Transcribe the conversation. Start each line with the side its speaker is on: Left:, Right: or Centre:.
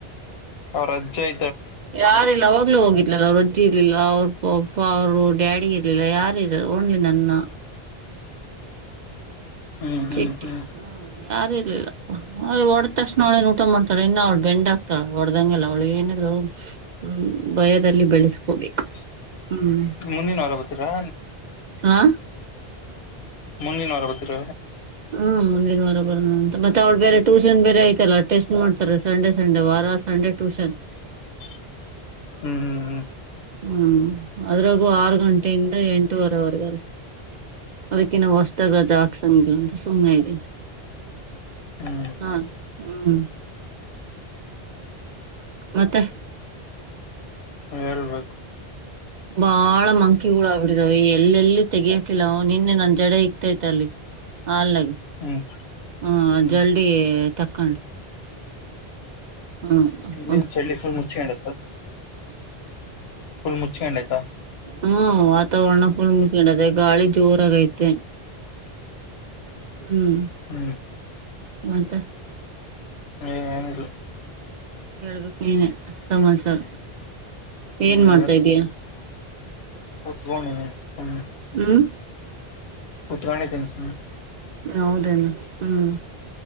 Left: ಅವ್ರ ಅಜೈ
Right: ಯಾರಿಲ್ಲವ ಹೋಗಿಲಲ್ಲ ಅವ ರೊಜಿ ಇರ್ಲಿಲ್ಲ ಅವ್ರ ಪಪ್ಪ ಅವರು ಡ್ಯಾಡಿ ಇರ್ಲಿಲ್ಲ ಯಾರು ಇರ ಓನ್ಲಿ ನನ್ನ
Left: ಹ್ಮ್ ಹ್ಮ್
Right: ಚಿಟ್ಟಿ
Left: ಹ್ಮ್
Right: ಯಾರು ಇರ್ಲಿಲ್ಲ ಅ್ ಹೊಡ್ದ ತಕ್ಷಣ ಒಳೇ ಊಟ ಮಾಡ್ತಾಳ ಇ ಅವ್ಳು ಬೆಂಡ್ ಆಗ್ತಾಳ ಹೊಡ್ದಂಗೆಲ್ಲ ಅವಳಗ್ ಏನಿದ್ರು ಹ್ಮ್ ಭಯದಲ್ಲಿ ಬೆಳೆಸ್ಕೋಬೇಕು
Left: ಹ
Right: ಹ್ಮ್
Left: ಮುಂದಿನ ಹೊರ ಬತೀರಾ
Right: ಹಾ
Left: ಮುಂದಿನವರ ಗೊತ್ತರ
Right: ಹ್ಮ ಮುಂದಿನ ವಾರ ಬರೋ ಅಂತ ಮತ್ತೆ ಅವ್ಳ ಬೇರೆ ಟ್ಯೂಷನ್ ಬೇರೆ ಐತಲ್ಲ ಟೆಸ್ಟ್ ಮಾಡ್ತಾರೆ ಸಂಡೆ ಸಂಡೇ ವಾರ ಸಂಡೆ ಟ್ಯೂಷನ್
Left: <unintelligible> ಹ್ಮ್ ಹ್ಮ್ ಹ್ಮ್
Right: ಹ್ಮ್ ಅದ್ರಾಗೂ ಆರು ಗಂಟೆಯಿಂದ ಎಂಟುವರೆವರೆಗ ಅದಕ್ಕಿನ್ನ ಹೊಸ್ತಾಗ ಜಾಾಗಸಂಗ ಸನೆ ಇ
Left: ಹ್ಮ್
Right: ಹಾ ಹ್ಮ್ ಮತ್ತೆ
Left: ಹ್ಮ್ ಹೇಳ್ಬೇಕು
Right: ಬಾಳ ಮಂಕಿಳಾಗಗ್ಬಿಡಿದಾವ ಎಲ್ಲೆಲ್ಲಿ ತೆಗಿಯಾಕಿಲ್ಲ ನಿನ್ನೆ ನನ್ ಜಡೆ ಇಗ್ತೈತೆ ಅಲ್ಲಿ ಅಲ್ಲಗೆ
Left: ಹ್ಮ್
Right: ಹ
Left: ಹ್ಮ್
Right: ಜಲ್ಡಿಿ ತಕ್ಕೊಂಡು ಹಾ
Left: ನೀ ಚಡ್ಲಿ ುಲ್ ಮುಚ್ಕೊಂಡ ುಲ್ ಮುಚ್ಕೊಂಡ ಯತ
Right: ಹ್ಮ ವಾತಾವರಣ ಫುಲ್ ಮುಸ್ಕೊಂಡದ ಗಾಳಿ ಜೋರಾಗೈತೆ ಹ್ಮ್
Left: ಹ್ಮ್
Right: ಮಂತ
Left: ಏನಿಲ್ಲ
Right: ಹೇಳ್ಬೇಕು ನೀನ ಸಮಾಚಾರ
Left: ಹ್ಮ್
Right: ಏನ್ ಮಾಡ್ತಾ ಇದಯಾ
Left: ಹಟ್ಬ ಹ
Right: ಹ್ಮ್
Left: ಕತ್ರರ ನೀ ತಚ
Right: ಹ ಹೌದೇನು ಹ್ಮ್